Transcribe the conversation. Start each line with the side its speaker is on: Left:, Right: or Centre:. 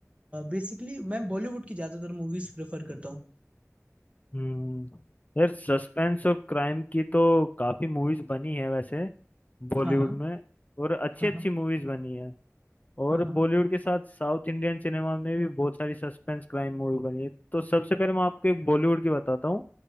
Right: बेसिकली मैं बॉलीवुड की ज्यादातर मूवीज प्रेफर करता हूँ
Left: हम्म यार सस्पेंस और क्राइम की तो काफी मूवीज बनी है वैसे बॉलीवुड
Right: हाँ हाँ
Left: में और अच्छी
Right: हाँ
Left: अच्छी
Right: हाँ
Left: मूवीज बनी है और
Right: हाँ हाँ
Left: बॉलीवुड के साथ साउथ इंडियन सिनेमा में भी बहुत सारी सस्पेंस क्राइम मूवी बनी है तो सबसे पहले मैं आपको एक बॉलीवुड की बताता हूँ